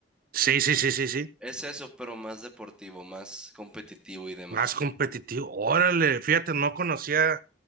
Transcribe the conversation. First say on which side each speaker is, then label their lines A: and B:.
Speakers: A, on the right; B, in the centre.
A: Sí, sí, sí, sí, sí.
B: Es eso, pero más deportivo, más competitivo y demás.
A: Más competitivo. Órale, fíjate, no conocía,